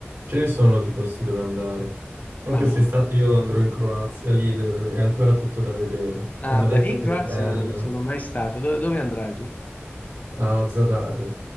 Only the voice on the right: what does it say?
Ce ne sono di posti dove andare. Ma
quest'estate io andrò in Croazia, lì de- è ancora tutto da vedere.
Mi hanno
detto
che
è bella
a Zadar,